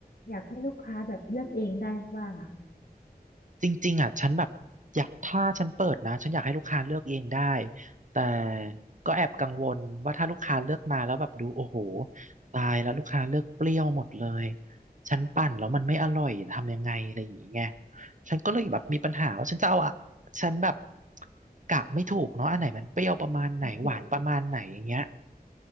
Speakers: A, on the left (about 70°); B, on the right (about 50°).
A: อยากให้ลูกค้าแบบเลือกเองได้บ้างอ่ะ
B: จริงๆอ่ะฉันแบบอยากถ้าฉันเปิดนะฉันอยากให้ลูกค้าเลือกเองได้แต่ก็แอบกังวลว่าถ้าลูกค้าเลือกมาแล้วแบบดูโอ้โหตายแล้วลูกค้าเลือกเปรี้ยวหมดเลยฉันปั่นแล้วมันไม่อร่อยทำยังไงอะไรอย่างเงี้ยฉันก็เลยแบบมีปัญหาว่าฉันจะเอาอะฉันแบบกะไม่ถูกเนาะอันไหนมันเปรี้ยวประมาณไหนหวานประมาณไหนอย่างเงี้ย
A: โอเค